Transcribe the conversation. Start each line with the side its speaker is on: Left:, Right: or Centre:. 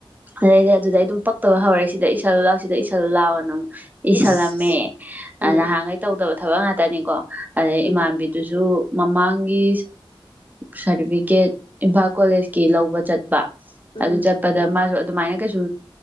Right: ꯑꯦ ꯑꯗꯨꯗ ꯑꯗꯨ ꯄꯛꯇꯕ ꯍꯧꯔꯦ ꯁꯤꯗ ꯏꯁꯜ ꯂꯥꯎꯁꯤꯗ ꯏꯁꯜ ꯂꯥꯎꯑꯣꯅꯨꯛ
Left: ꯏꯁ
Right: ꯏꯁꯁꯜꯂꯝꯃꯦ
Left: ꯎꯝ
Right: ꯅꯍꯥꯟꯈꯩ ꯇꯧꯗꯕ ꯊꯕꯛ ꯉꯥꯛꯇꯅꯤꯀꯣ ꯑꯗꯩ
Left: ꯎꯝ
Right: ꯏꯃꯥꯟꯕꯤꯗꯨꯖꯨ ꯃꯃꯥꯡꯒꯤ ꯁꯥꯔꯇꯤꯐꯤꯀꯦꯠ ꯏꯝꯐꯥꯜ ꯀꯣꯂꯦꯖꯀꯤ ꯂꯧꯕ ꯆꯠꯄ
Left: ꯎꯝ
Right: ꯑꯗꯨ ꯆꯠꯄꯗ ꯃꯥꯁꯨ ꯑꯗꯨꯃꯥꯏꯅ ꯀꯩꯁꯨ